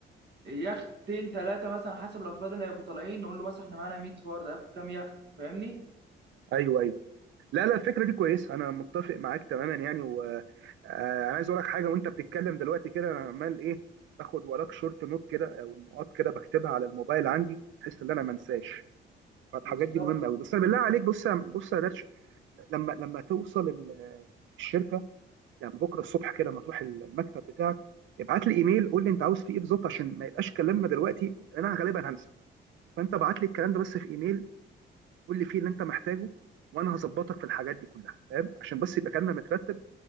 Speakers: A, on the right; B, on the right.
A: يختين ثلاثه مثلا حسب الافراد اللي هيبقوا طالعين نقول له مثلا احنا معانا 100 فرد هياخد كام يخت فاهمني
B: ايوه ايوه لا لا الفكره دي كويسه انا متفق معاك تماما يعني وانا عايز اقول لك حاجه وانت بتتكلم دلوقتي كده انا عمال ايه باخد وراك شورت نوت كده او نقاط كده بكتبها على الموبايل عندي بحيث ان انا ما انساش فالحاجات
A: بالظبط
B: دي مهمه قوي بس انا بالله عليك بص يا- بص يا درش لما لما توصل ال- الشركه يعني بكره الصبح كده لما تروح المكتب بتاعك ابعت لي ايميل قول لي انت عاوز فيه ايه بالظبط عشان ما يبقاش كلامنا دلوقتي انا غالبا هنسى فانت ابعت لي الكلام ده بس في ايميل قول لي فيه اللي انت محتاجه وانا هظبطك في الحاجات دي كلها فاهم عشان بس يبقى كلامنا مترتب